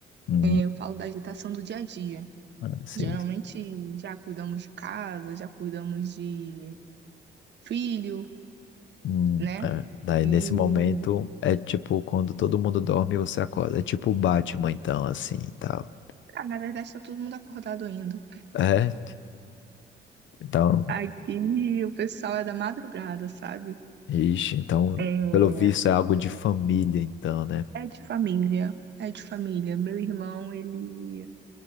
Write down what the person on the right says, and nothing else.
É, Eu falo da agitação do dia a dia.
Geralmente
já cuidamos de casa, já cuidamos de filho,
né?
E,
ah, na verdade, tá todo mundo acordado ainda.
Aqui o pessoal é da madrugada, sabe?
É,
é de família, é de família. Meu irmão, ele,